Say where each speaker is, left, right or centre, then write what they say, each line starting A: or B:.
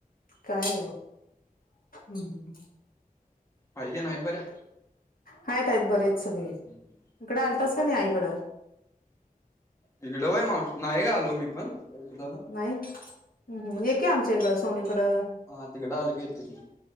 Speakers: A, on the left; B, on the left.
A: काय नाही बघ, हम्.
B: आई तेन हाय बर्या?
A: हाईट हाईट बरे आहेत सगळे.
B: <unintelligible>
A: इकडें आलतास की नाही आईकडं.
B: तकडें वई माणस नाही ग आलू मी. पण लय दिवस झालं
A: नाही एके आमच्या इकडं सोनीकडं.
B: हा तिकडें आलो की येतो की.